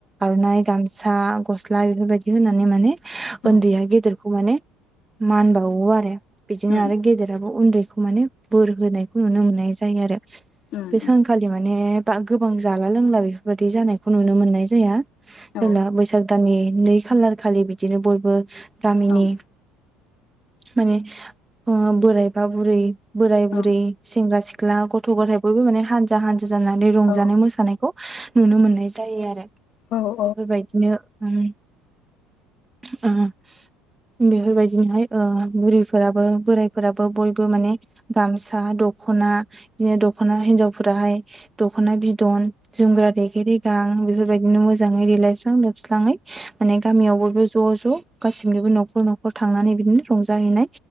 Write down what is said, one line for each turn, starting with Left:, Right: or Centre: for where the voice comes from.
Right: आर'नाइ गामसा, गस्ला बेफोरबायदि होनानै माने
Left: उम
Right: उन्दैया गेदेरखौ माने मान बावो आरो बिदिनो
Left: उम
Right: आरो गेदेराबो उन्दैखौ माने बोर होनायखौ नुनो मोननाय जायो जायो आरो
Left: उम उम
Right: बे सानखालि माने बा गोबां जाला लोंला बेफोरबायाददि जानायखौ नुनो मोननाय जाया
Left: औ
Right: जेब्ला बैसाग दाननि नै खालार खालि बिदिनो बयबो गामिनि
Left: ओं
Right: माने ओ बोरायबा बुरै बोराय -बुरै,
Left: ओं
Right: सेंग्रा - सिख्ला सिख्ला गथ'- गथाय बयबो माने हानजा- हानजा जानानै रंजानाय
Left: औ
Right: -मोसानायखौ नुनो मोननाय जायो आरो
Left: औ उम औ उम औ
Right: बेफोरबायदिनो बेफोरबायदिनोहाय ओ बुरैफोराबो बोरायफोराबो बयबो माने गामसा दख'ना बिदिनो दख'ना हिनजावफोराहाय दख'ना बिदन जोमग्रा रेगे रेगां बेफोरबायदिनो मोजाङै देलायस्रां लोबस्राङै माने गामियावबो बे ज' -ज' गासिनिबो न'खर -न'खर थांनानै बिदिनो रंजाहैनाय